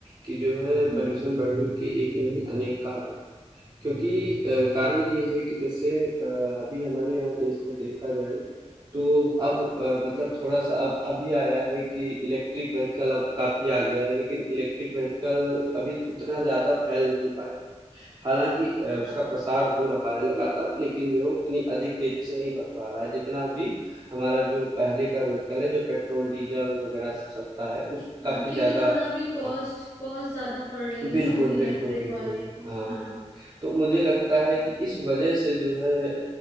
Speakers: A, on the right; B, on the left.
A: कि जो है
B: हम्म
A: पॉल्यूशन बढ़ने के एक नहीं अनेक कारण हैं। क्योंकि अ, कारण ये है कि जैसे अ, अभी हमारे यहाँ देश में देखा जाए तो अब अ, मतलब थोड़ा-सा अब अभी आया है कि इलेक्ट्रिक व्हीकल अब काफ़ी आ गया है, लेकिन इलेक्ट्रिक व्हीकल अभी उतना ज़्यादा फैल नहीं पाया है। हालाँकि अ,
B: हाँ
A: उसका प्रसार हो रहा है लगातार, लेकिन जो है उतनी अधिक तेज़ी से नहीं बढ़ पा रहा है, जितना अभी हमारा जो पहले का व्हीकल है, जो पेट्रोल, डीज़ल वगैरह से चलता है, उस काफ़ी
B: हाँ क्योंकि
A: ज़्यादा
B: थोड़ा अभी कॉस्ट
A: अ,
B: कॉस्ट ज्यादा पड़ रही
A: बिल्कुल,
B: है ना अभी
A: बिल्कुल,
B: इलेक्ट्रिक
A: बिल्कुल।
B: वाले की
A: हाँ,
B: हाँ
A: हाँ। तो मुझे लगता है कि इस वजह से जो है अ,